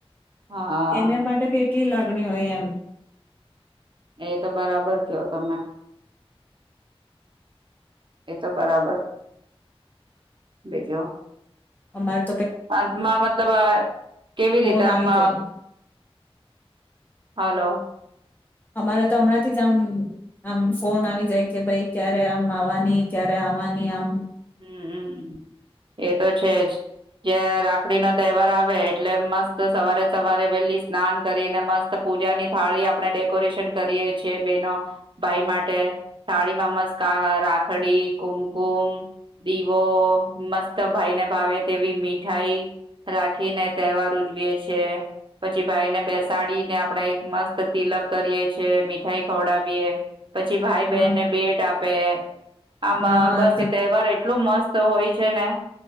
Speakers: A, on the right; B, on the left.
A: હા
B: એને માટેે બે કેટલી લાગણી હોય એમ.
A: એતો બરાબર કયો તમે એતો બરાબર એ જો
B: અમાર
A: અત્માં મતલબ કેવી
B: ફોન
A: રીતે આ
B: આવી
A: મ
B: જાય
A: હાલો,
B: અમારે તો હમણાં થી જ આમ, આમ ફોન આવી જાય કે, ભાઈ ક્યારે આમ આવવાની ક્યારે આવવાની આમ
A: હમ હમ, એ તો છે જ જ રાખડી નો તહેવાર આવે, એટલે મસ્ત સવારે સવારે વેલી સ્નાન કરીને મસ્ત પૂજાની થાળી આપણે ડેકોરેશન કરીયે છીએ બેનો ભાઈ માટે થાળીમાં મસ્ત રાખડી, કુમકુમ દીવો મસ્ત ભાઈને ભાવે તેવી મીઠાઈ રાખીને તહેવાર ઉજવીએ છે. પછી ભાઈને બેસાડીને આપણે એક મસ્ત તિલક કરીએ છે. મીઠાઈ ખવડાવીએ પછી ભાઈ
B: હા
A: બહેનને ભેટ આપે. પે આમાં
B: હા
A: બસ
B: તો
A: એક તહેવાર એટલો મસ્ત હોય છે ને,